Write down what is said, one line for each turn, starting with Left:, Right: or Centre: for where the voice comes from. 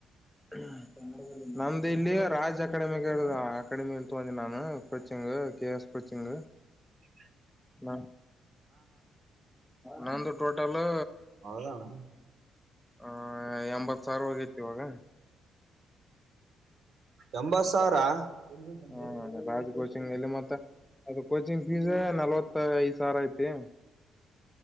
Centre: ಹಾ <inaudible> ನಮ್ದು ಇಲ್ಲಿ ರಾಜ್ ಅಕಾಡೆಮಿ ಅಕಾಡೆಮಿ ಅ ತಗಂದಿ ನಾನು ಕೋಚಿಂಗ್ ಕೆ ಎಸ್ ಕೋಚಿಂಗ್.
Right: ಹ <unintelligible>
Centre: ನ ನಂದು ಟೋಟಲ್ <unintelligible>
Right: ಅವೌದಣ <inaudible>
Centre: ಆ ಎಂಬತ್ ಸಾವಿರ ಹೋಗೈತಿ ಇವಾಗ
Right: ಎಂಬತ್ ಸಾವಿರ ಹ
Centre: ಹ ರಾಜ್ ಕೋಚಿಂಗ್ ಅಲ್ಲಿ ಮತ್ತ ಅದು ಕೋಚಿಂಗ್ ಫೀಸ್ ನಲ್ವತ್ ಐದ್ ಸಾವಿರ ಐತಿ.